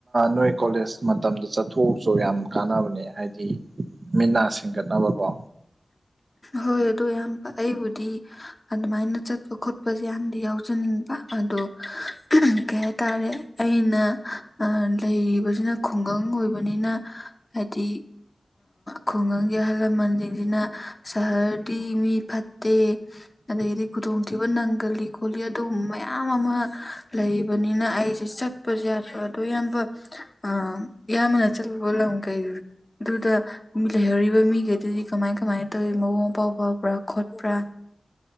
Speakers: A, on the right (about 60°); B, on the left (about 30°).
A: ꯅꯣꯏ ꯀꯣꯂꯦꯖ ꯃꯇꯝꯗ ꯆꯠꯊꯣꯛꯑꯁꯨ ꯌꯥꯝ ꯀꯥꯟꯅꯕꯅꯦ ꯍꯥꯏꯗꯤ ꯃꯤꯠꯅꯥ ꯁꯤꯡꯒꯠꯅꯕꯀꯣ
B: ꯍꯣꯏ ꯑꯗꯨ ꯌꯥꯝꯌꯥꯝꯕ ꯑꯩꯕꯨꯗꯤ ꯑꯗꯨꯃꯥꯏꯅ ꯆꯠꯄ ꯈꯣꯠꯄꯁꯦ ꯌꯥꯝꯗꯤ ꯌꯥꯎꯖꯟꯅꯤꯡꯕ ꯑꯗꯣ ꯀꯩ ꯍꯥꯏꯇꯥꯔꯦ ꯑꯩꯅ ꯂꯩꯔꯤꯕꯁꯤꯅ ꯈꯨꯡꯒꯪ ꯑꯣꯏꯕꯅꯤꯅ ꯍꯥꯏꯗꯤ ꯈꯨꯡꯒꯪꯒꯤ ꯑꯍꯜ ꯂꯃꯟꯁꯤꯡ ꯑꯗꯨꯅ ꯁꯥꯗꯤ ꯃꯤ ꯐꯠꯇꯦ ꯑꯗꯒꯤꯗꯤ ꯈꯨꯗꯣꯡꯊꯤꯕ ꯅꯪꯒꯜꯂꯤ ꯈꯣꯂꯤ ꯑꯗꯨꯒꯨꯝꯕ ꯃꯌꯥꯝ ꯑꯃ ꯂꯩꯕꯅꯤꯅ ꯑꯩꯁꯦ ꯆꯠꯄꯁꯨ ꯌꯥꯗ꯭ꯔꯣ ꯑꯗꯣ ꯑꯌꯥꯝꯕ ꯑ ꯏꯌꯥꯝꯕꯅ ꯆꯠꯂꯨꯕ ꯂꯝꯒꯩꯗꯨꯗ ꯃꯤ ꯂꯩꯍꯧꯔꯤꯕ ꯃꯤꯈꯩꯗꯨꯗꯤ ꯀꯃꯥꯏ ꯀꯃꯥꯏ ꯇꯣꯏ ꯏꯃꯧ ꯄꯥꯎꯕꯕ꯭ꯔ ꯈꯣꯠ ꯄꯨ꯭ꯔꯥ